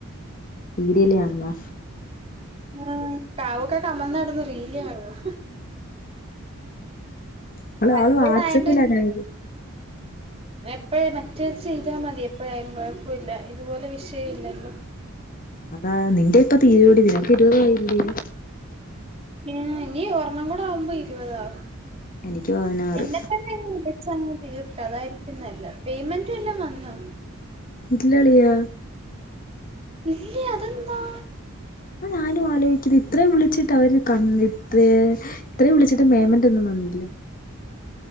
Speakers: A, on the left (about 40°); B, on the right (about 25°).
A: സീരിയല് കാണ്ന്നാ
B: ഉം കാവുക്കെ കമന്ന് കെടന്ന് റീല് കാണുവാ
A: അവള്
B: മറ്റേതായോണ്ട്
A: അവള് വാട്സപ്പിലാണ ഇത്
B: എപ്പോഴേ മറ്റേത് ചെയ്താ മതി എപ്പോഴായാലും കൊഴപ്പവില്ല ഇതുപോലെ വിഷയം ഇല്ലല്ലോ
A: അതാ നിന്റെ ഇപ്പോ തീരുവോടി നിനക്ക് ഇരുപത് ആയില്ലിയോ
B: ഏഹ് ഇനി ഒരെണം കൂടെ ആവുമ്പോ ഇരുവതാകും
A: എനിക്ക് പതിനാറ്
B: എന്നാ തന്നെ അങ്ങ് വിളിച്ചാമതി തീർക്ക് അതാരിക്കും നല്ലത് പെയ്മെന്റ് വല്ലോം വന്നോ
A: ഇല്ലാളിയാ
B: ഇല്ലേ അതെന്താ
A: ആ ഞാനും ആലോചിക്കുന്നെ ഇത്രയും വിളിച്ചി അവര് കണ് ഇപ്യെ ഇത്രേം വിളിച്ചിട്ട് പെയ്മെന്റൊന്നും വന്നില്ല